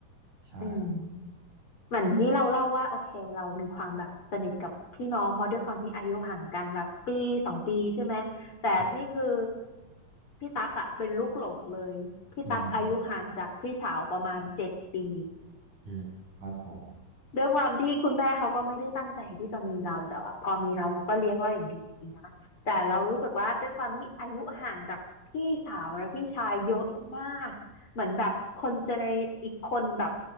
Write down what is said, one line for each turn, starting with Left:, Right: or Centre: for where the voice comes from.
Right: ใช่
Left: อืม เหมือนนี่เราเล่าว่าโอเคเรามีความแบบสนิทกับพี่น้องเพราะด้วยความที่อายุห่างกันแบบปีสองปีใช่ไหมแต่นี่คือ
Right: ใช่
Left: พี่ตั๊กอะเป็นลูกหลงเลยพี่ตั๊กอายุห่างจากพี่สาวประมาณเจ็ดปี
Right: อืมอืมครับผม
Left: ด้วยความที่คุณแม่เขาก็ไม่ได้ตั้งใจที่จะมีเราแต่ว่าพอมีเราเขาก็เลี้ยงเราอย่างดีนะแต่เรารู้สึกว่าด้วยความที่อายุห่างจากพี่สาวและพี่ชายเยอะมากเหมือนแบบคนเจเนอีกคนแบบ